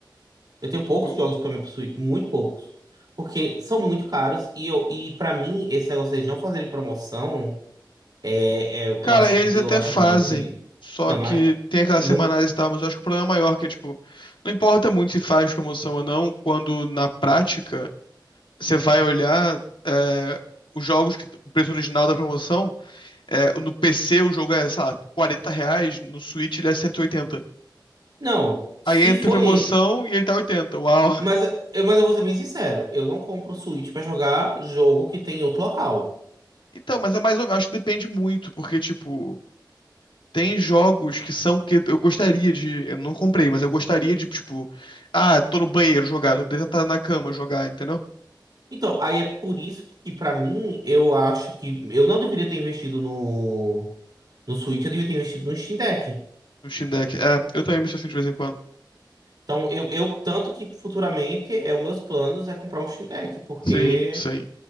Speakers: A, on the right; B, on the left.
A: Eu tenho poucos
B: tipo,
A: jogos para minha Switch, muito poucos. Porque são muito caros e, eu, e para mim, esse negócio deles não fazerem promoção, é, é- eu
B: Cara,
A: acho,
B: eles
A: ri- eu
B: até
A: acho
B: fazem,
A: muito ridículo.
B: só
A: Não,
B: que
A: mas.
B: tem aquelas
A: Não,
B: semanais e tal, mas eu acho que o problema é maior que é, tipo, não importa muito se faz promoção ou não, quando na prática você vai olhar é, os jogos que o preço original da promoção, é, no PC o jogo é, sei lá, 40 reais, no Switch ele é cento e oitenta
A: não, se
B: Aí entra
A: foi.
B: promoção e ele tá oitenta uau.
A: Mas eu, mas eu vou ser bem sincero, eu não compro Switch para jogar jogo que tem em outro local.
B: Então, mas é mais, ou- acho que depende muito, porque, tipo, Tem jogos que são que eu gostaria de. Eu não comprei, mas eu gostaria de, tipo. Ah, tô no banheiro jogar, tô deitado na cama jogar, entendeu?
A: Então, aí é por isso que, pra mim, eu acho que eu não deveria ter investido no, no Switch, eu deveria ter investido no Steam Deck.
B: No Steam Deck. É, eu também me sinto assim de vez em quando.
A: Então, eu, eu tanto que futuramente é os meus planos é comprar um Steam Deck, porque,
B: Sim, sim.